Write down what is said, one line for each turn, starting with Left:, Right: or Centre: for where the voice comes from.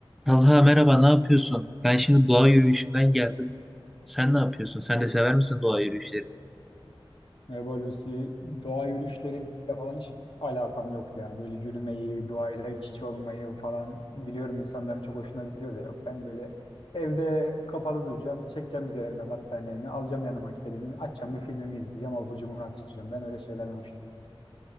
Centre: Talha merhaba, ne yapıyorsun? Ben şimdi doğa yürüyüşünden geldim. Sen ne yapıyorsun? Sen de sever misin doğa yürüyüşlerini?
Left: Merhaba Lucy. Doğa yürüyüşleriyle falan hiç alakam yok ya. Böyle yürümeyi, doğayla iç içe olmayı falan biliyorum insanların çok hoşuna gidiyor da yok. Ben böyle evde kapalı duracağım, çekeceğim üzerime battaniyemi, alacağım yanıma kedimi, açacağım bir filmimi izleyeceğim, abur cubur atıştıracağım. Ben öyle şeylerden hoşlanıyorum.